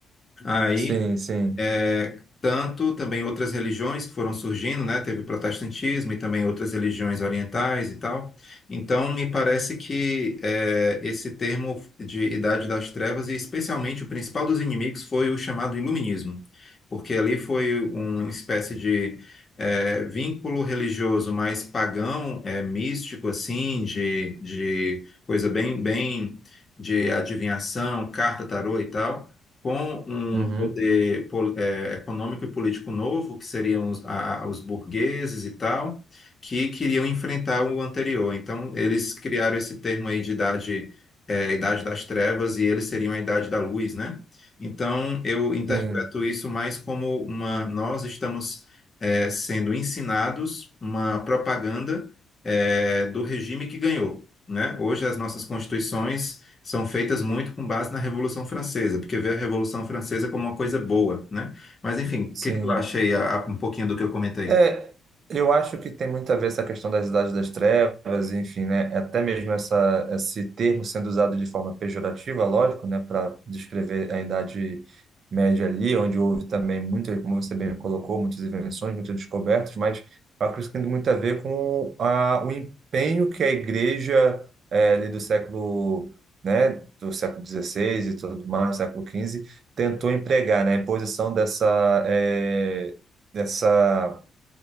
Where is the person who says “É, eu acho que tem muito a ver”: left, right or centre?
Right